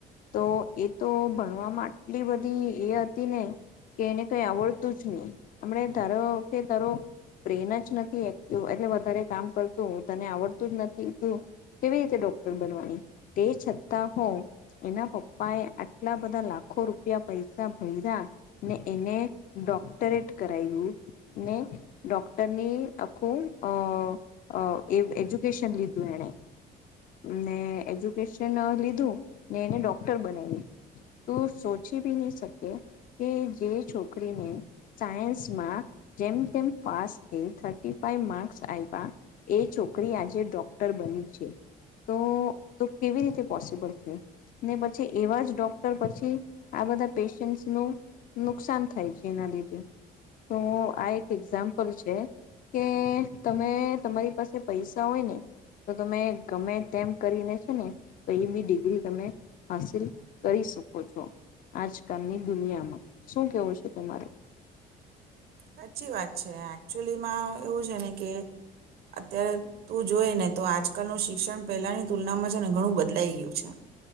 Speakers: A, on the left; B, on the right.
A: તો એ તો ભણવામાં આટલી બધી એ હતી ને કે એને કઈ આવડતું જ નહી. હમણે કે તારો કે તારો પ્રેન જ નથી એક એટલે વધારે કામ કરતું તને આવડતું જ નથી તો કેવી રીતે ડોક્ટર બનવાની તે છતાં હ એના પપ્પા એ આટલા બધા લાખો રૂપિયા પૈસા ભર્યા ને એને ડોક્ટરેટ કરાવું ને ડોક્ટરની આખું અહ અહ એ એજ્યુકેશન લીધું એને. ને એજ્યુકેશન લીધું ને એને ડોક્ટર બનાવી્યું તું સોચી બી નહી શકે કે જે છોકરીને સાયન્સમાં જેમ તેમ પાસ થી થર્ટી ફાઈવ માર્ક્સ <inaudible> એ છોકરી આજે ડોક્ટર બની છે. તોઓ તો કેવી રીતે પોસિબલ છે ને પછી એવા જ ડોક્ટર પછી આ બધા પેશન્ટ નું નુકસાન થાય છે એના લીધે. તો આ એક એક્ઝામ્પલ છે કે તમે તમારી પાસે પૈસા હોય ને તો તમે ગમે તેમ કરીને છે ને કઈ બી ડિગ્રી તમે હાસિલ કરી શકો છો આજકાલની દુનિયામાં. શું કેવું છે તમારેું?
B: સાચી વાત છે એકચયુલીમાં એવું છે ને કે અત્યારે તું જોઈ ને તો આજકાલનું શિક્ષણ પહેલાની તુલનામાં છે ને ઘણું બદલાઈ ગયું છે